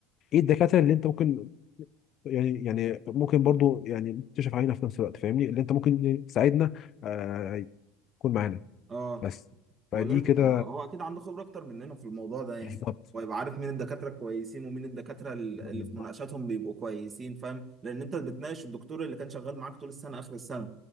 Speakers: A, on the left (about 50°); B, on the right (about 35°).
A: ايه الدكاتره اللي انت ممكن يعني يعني ممكن برضو يعني تشرف علينا في نفس الوقت فاهمني اللي انت ممكن تساعدنا آه، يكون معانا
B: اه
A: بس فدي
B: هو لازم
A: كده
B: هو هو اكيد عنده خبرة اكتر مننا في الموضوع ده يعني
A: بالظبط
B: ويبقى عارف مين الدكاترة كويسين ومين الدكاترة ال-
A: بالظبط
B: اللي في مناقشاتهم بيبقوا كويسين فاهم لان انت بتناقش الدكتور اللي كان شغال معاك طول السنة اخر السنة